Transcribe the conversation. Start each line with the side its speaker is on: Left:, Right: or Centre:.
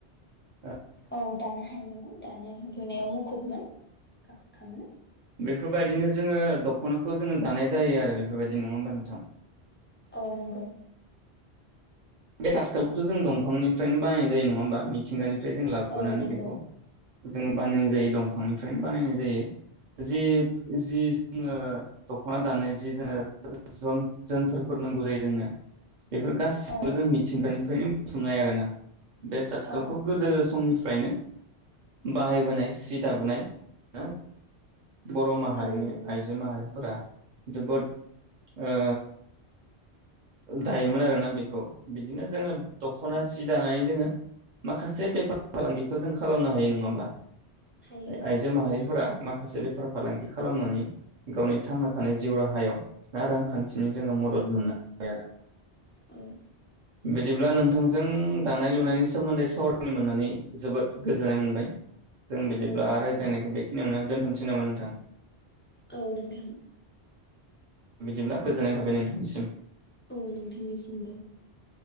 Right: आ
Left: औ दानो हायोमोन दानो लुनायाव मुखुबमोन खा-खाङो।
Right: फोरबायदिनो जोङो दख'नाखौ जोङो दानाय जायो आरो बेफोरबायदि नङा होमबा नोंथां?
Left: औ नंगौ।
Right: बे थातखालखौथ' जों दं फांनिफ्रायनो बानायनाय जायो नङा होमबा मिथिंगानि बे जों लाबोनानै
Left: औ नंगौ
Right: बेखौ जोङो बानायनाय जायो दंफांनिफ्रायनो बानायनाय जायो जि जि जोङो दख'ना दानो जि जोंनो जन जोन्थोरफोर नांगौ जायो जोंनो बेफोर गासिबो
Left: औ
Right: जों मिथिंगानि फ्रायनो बुथुमनाय आरोना। बे थातखालखौ
Left: औ
Right: गोदो समनि फ्रायनो बाहायबोनाय, सि दाबोनाय ना बर' माहारिनि
Left: औ नंगौ
Right: आइजो माहारिफोरा जोबोद ओ दायोमोन आरोना बेखौ बिदिनो जोङो दख'ना
Left: औ
Right: सि दानानै जोङो माखासे बेफार फालांगिखौ जों खालामनो हायो नङा होमबा?
Left: हायो
Right: आइ-आइजो माहारिफोरा मा माखासे बेफार फालांगि खालामनानै गावनि थांना थानाय जिउ राहायाव बा रांखान्थिनि जोङो मदद मोननो <unintelligible>
Left: उम
Right: बिदिब्ला नोंथांजों दानाय लुनायनि सोमोन्दै सावरायनो मोननानै जोबोद गोजोननाय मोनबाय। जों बिदिब्ला
Left: औ नोंथां
Right: रायज्लायनायखौ बे खिनियावनो दोनथ'नोसै नामा नोंथां?
Left: औ नोंथां।
Right: बिदिब्ला गोजोननाय थाबाय नोंथांनिसिम।
Left: औ नोंथांनिसिमबो।